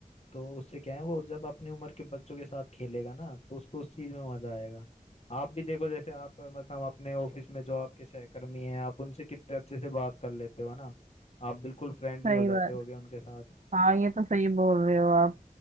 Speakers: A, on the left (about 45°); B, on the right (about 60°).
A: तो उससे क्या है वो जब अपनी उम्र के बच्चों के साथ खेलेगा ना तो उसको उस चीज में मजा आएगा आप भी देखो जैसे आप मतलब अपने ऑफिस में जो आपके सहकर्मी हैं आप उनसे कितने अच्छे से बात कर लेते हो ना आप बिल्कुल फ्रेंडली
B: सही
A: हो जाते
B: बात
A: होगे उनके साथ
B: हाँ ये तो सही बोल रहे हो आप